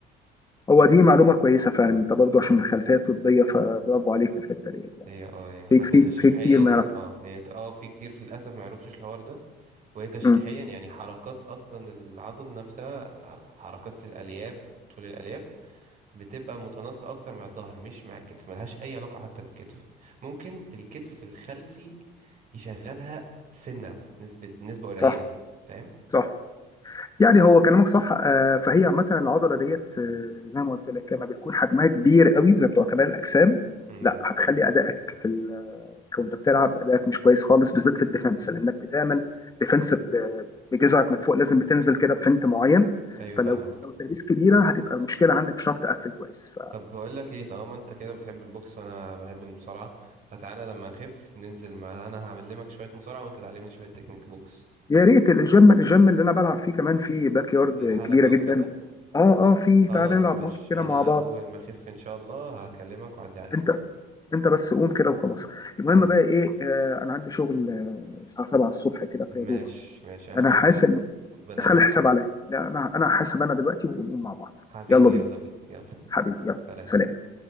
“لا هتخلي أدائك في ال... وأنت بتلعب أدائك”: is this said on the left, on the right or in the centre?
Left